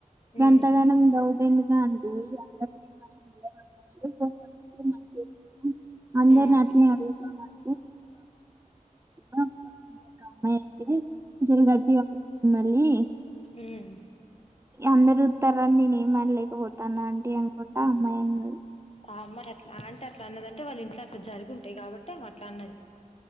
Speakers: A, on the left; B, on the right.
A: ఉమ్
B: గంతగానం డౌటేందిగా అ ఏ ఎ మాత్రం ఎం పనీ పడిందో చెతున అందరు
A: ఉమ్
B: న చే అడుగుతాన్నారు మ <inaudible> అమ్మాయి అయితే చీర గట్టి అడు మళ్ళీ
A: హ్మ్ ఉ
B: అందరు తార నేను ఏమినలేకపోతాను అంటీ అనుకుంటే అమ్మాయిన్న
A: ఆ అమ్మాయి అట్ల ఆంటే అట్లా అన్నదంటే వాళ్ళు ఇంట్లో అట్లా జరుగు ఉంటాయి కాబట్టి అట్లా ఆమె అన్నది.